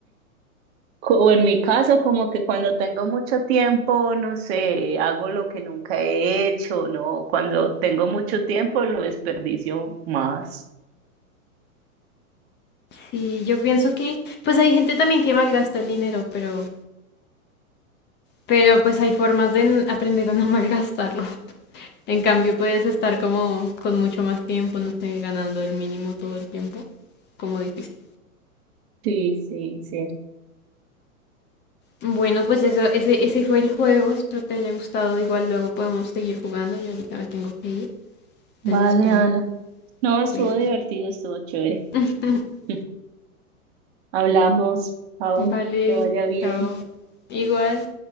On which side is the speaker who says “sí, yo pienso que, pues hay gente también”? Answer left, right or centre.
Left